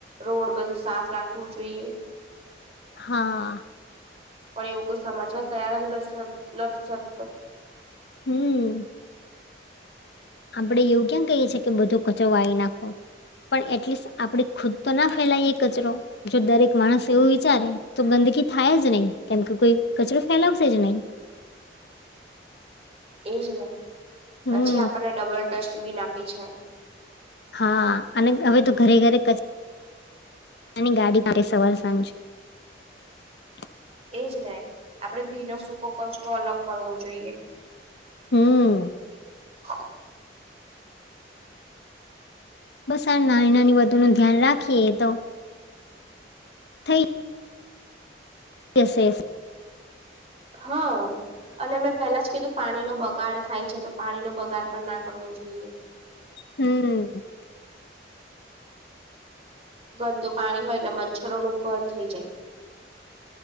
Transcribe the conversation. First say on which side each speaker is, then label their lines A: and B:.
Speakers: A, on the right; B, on the left.
A: રોડ બધું સાફ રાખવું જોઈએ.
B: હા
A: પણ એવું કોઈ સમજવા તૈયાર જ નથી નથી થતતો
B: હૂ આપડે એવું ક્યાં કહીએ છીએ કે બધો કચરો વારી નાખો. પણ એટલીસ્ટ આપે ખુદ તો ના ફેલાયએ કચરો જો દરેક માણસ એવું વિચારે તો બ થાય જ નહી કેમ કે કોઈ કચરો ફેલાવશે જ નહી.
A: <unintelligible> <inaudible> એજ ને
B: હમ
A: પછી આપણને ડબલ ડસ્ટબીન આપી છે.
B: હા અને હવે તો ઘરે ઘરે તેની ગાડી માટે સવાલ સામજીયો.
A: એજ ને આપડે બી નો સૂકો કોલઅપ કરવો જોઈએ.
B: હું.
A: હ <inaudible>
B: બસ આ નાની નાની વધુ ન ધ્યાન રાખીએ તો થઈ. યસ સેસ
A: હા અને મેં પેલા જ કીધું પાણી નો બગાડ થાય છે તો પાણીનો બગાડ પણ નાખી કરવો જોઈએ.
B: હમ
A: ગંદુ પાણી હોય એટલે મચ્છરોનું ઘર થઈ જાય.